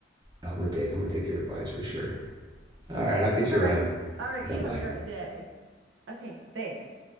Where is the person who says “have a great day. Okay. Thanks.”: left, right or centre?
Right